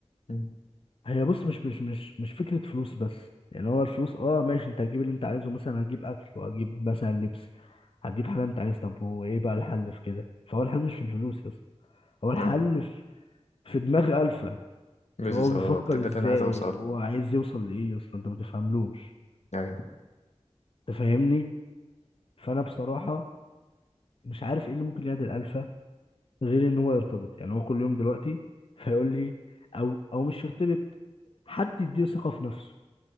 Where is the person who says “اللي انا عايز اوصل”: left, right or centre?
Left